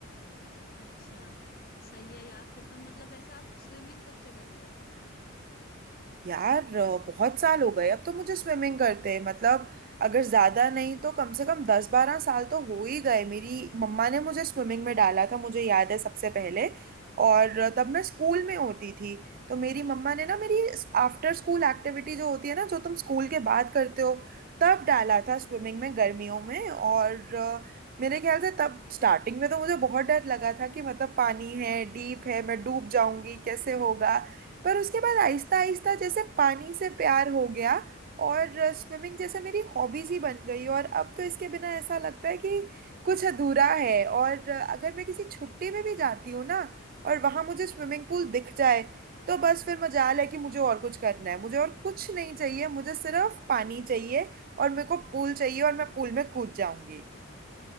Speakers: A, on the left; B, on the right.
A: अच्छा सही है यार फिर तो मतलब वैसे आप स्विमिंग कब से कर रहे हो
B: यार अ, बहुत साल हो गए अब तो मुझे स्विमिंग करते मतलब अगर ज्यादा नहीं तो कम से कम दस बारह साल तो हो ही गए मेरी मम्मा ने मुझे स्विमिंग में डाला था मुझे याद है सबसे पहले और अ, तब मैं स्कूल में होती थी तो मेरी मम्मा ने ना मेरी आफ्टर स्कूल एक्टिविटी जो होती है ना जो तुम स्कूल के बाद करते हो तब डाला था स्विमिंग में गर्मियों में और अ, मेरे ख्याल से तब स्टार्टिंग में तो मुझे बहुत डर लगा था कि मतलब पानी है डीप है मैं डूब जाऊंगी कैसे होगा पर उसके बाद आहिस्ता आहिस्ता जैसे पानी से प्यार हो गया और स्विमिंग जैसे मेरी हॉबीज ही बन गई और अब तो इसके बिना ऐसा लगता है कि कुछ अधूरा है और अ, अगर मैं किसी छुट्टी में भी जाती हूँ ना और वहां मुझे स्विमिंग पूल दिख जाए तो बस फिर मजाल है कि मुझे और कुछ करना है मुझे और कुछ नहीं चाहिए मुझे सिर्फ पानी चाहिए और मेरे को पूल चाहिए और मैं पूल में कूद जाऊंगी